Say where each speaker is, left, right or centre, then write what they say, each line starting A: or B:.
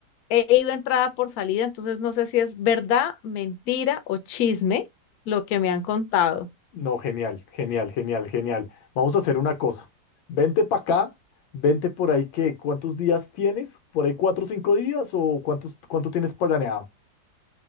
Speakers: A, on the left (about 70°); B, on the left (about 85°).
A: he ido entrada por salida, entonces no sé si es verdad, mentira o chisme lo que me han contado.
B: no, genial, genial, genial, genial. Vamos a hacer una cosa. Vente para acá, vente por ahí, ¿qué? ¿Cuántos días tienes? ¿Por ahí cuatro o cinco días? ¿O cuántos, cuánto tienes planeado?